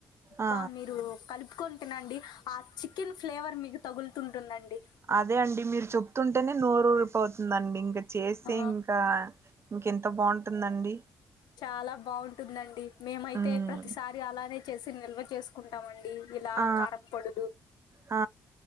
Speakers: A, on the right; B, on the left.
A: ఆ
B: బా మీరు కలుపుకొని నండి ఆ చికెన్ ఫ్లేవర్ మీకు తగులుతుంటుందండి
A: అదే అండి మీరు చెప్తుంటేనే నోరూరి పోతుందండి ఇంకా చేస్తే
B: ఆ
A: ఇంకా ఇంకెంత బాగుంటుందండి
B: చాలా బాగుంటుందండి మేమైతే
A: ఉమ్
B: ప్రతిసారి అలానే చేసి నిల్వ చేసు కుంటామండి ఇలా
A: ఆ
B: కారం పొడులు
A: ఆ